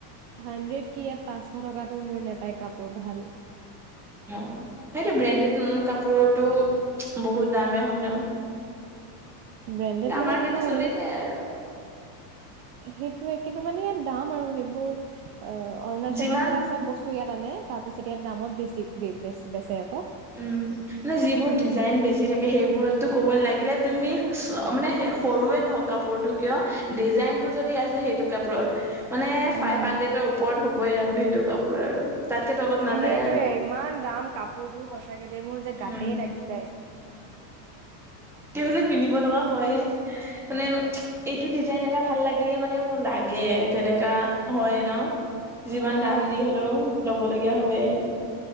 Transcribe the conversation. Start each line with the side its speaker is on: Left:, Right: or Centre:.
Right: হাণ্ড্ৰেড কি ইয়াত পাঁচশ টকাটো মোৰ নেপায় কাপোৰ ভাল।
Centre: অ' সেইটো ব্ৰেণ্ডেড কাপোৰৰটো বহুত দামেই হয় ন।
Right: ব্ৰেণ্ডেড মানে
Centre: আমাৰ
Right: নহয়
Centre: কাৰণে চলি
Right: মানে
Centre: যায় আৰু
Right: এ সেইটোয়ে, কিন্তু মানে দাম আৰু সেইবোৰ অ' অৰুণাচলৰ
Centre: যিমান
Right: পৰা চব বস্তু। চ ইয়াত আনে, তাৰ পিছত ইয়াত দামত বেছি বেচে আকৌ।
Centre: উম মানে, যিবোৰ ডিজাইন বেছি থাকে সেইবোৰতটো ক'বই ন লাগিলে তুমি মানে সৰুৱে নহওঁক কাপোৰটো কিয় ডিজাইনটো যদি আছে সেইটো কাপোৰত মানে
Right: উম
Centre: ফাইভ হাড্ৰেটৰ ওপৰত হ'বই আৰু সেইটো কাপোৰ আৰু তাতকে তলত
Right: সেইটোৱে
Centre: নাযায় আৰু।
Right: ইমান দাম কাপোৰ বোৰ সঁচাকে যে মোৰ যে গাতেই
Centre: উম
Right: থাকে।
Centre: তেওঁ যে পিন্ধিব লগা হয়য়ে মানে এইটো ডিজাইন এটা ভাল লাগিলে মানে লাগে তেনেকা হয় ন। যিমান
Right: উম
Centre: দাম দি হ'লেও ল'ব লগীয়া হয় এই।